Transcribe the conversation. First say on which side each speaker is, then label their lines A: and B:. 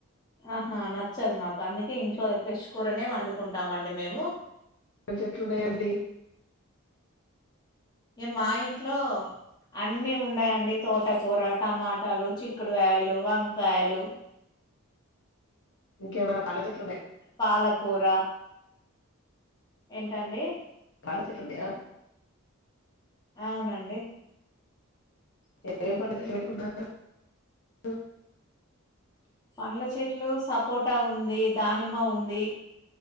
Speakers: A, on the left; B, on the left.
A: ఆహా నచ్చదు మాకు అందుకే ఇంట్లో ఫ్రైస్ కూర నే వండుకుంటామండి మేము
B: ఏం చెట్లున్నాయండి
A: ఏ మా ఇంట్లో అన్ని ఉన్నాయండి తోటకూర, టమాటాలు, చిక్కుడుకాయలు, వంకాయలు
B: ఇంకేమన్న పండ్ల చెట్ల
A: పాలకూర ఏంటండీ
B: పాల చెట్లు ఉన్నాయా
A: అవునండి
B: ఎ <inaudible>
A: పండ్ల చెట్లు సపోటా ఉంది దానిమ్మ ఉంది